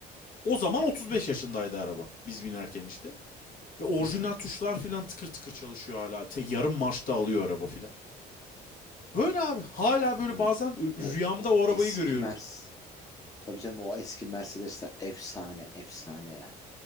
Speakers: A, on the left; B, on the left.
A: O zaman 35 yaşındaydı
B: Ya,
A: araba biz binerken işte. Ve orijinal
B: Tabii canım.
A: tuşlar filan tıkır tıkır çalışıyor hala. Te yarım marşta alıyor araba filan. Böyle abi hala
B: Ya,
A: böyle bazen
B: O,
A: rüyamda
B: o
A: o arabayı
B: eski
A: görüyorum.
B: Mercedes. Tabii canım o eski Mercedesler efsane, efsane yani.